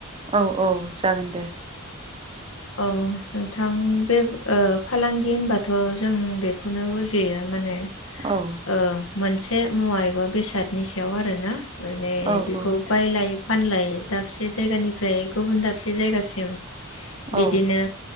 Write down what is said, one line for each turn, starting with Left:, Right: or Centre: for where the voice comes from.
Right: औ औ जागोन दे
Left: अ नोंथां बे ओ फालांगि होनबाथ' जों बेखौनो बुजियो माने
Right: औ
Left: ओ मोनसे मुवा एबा बेसादनि सायाव आरो ना माने
Right: औ
Left: बिखौ
Right: औ
Left: बायलाय फानलाय दाबसे जायगानिफ्राय गुबुन दाबसे जायगासिम
Right: औ
Left: बिदिनो